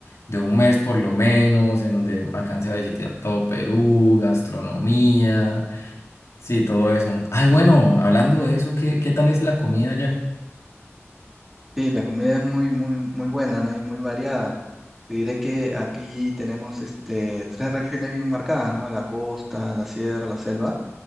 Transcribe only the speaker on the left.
de un mes por lo menos, en donde alcance a visitar todo Perú, gastronomía Sí, todo eso. Ay, bueno, hablando de eso, ¿qué, qué tal es la comida allá?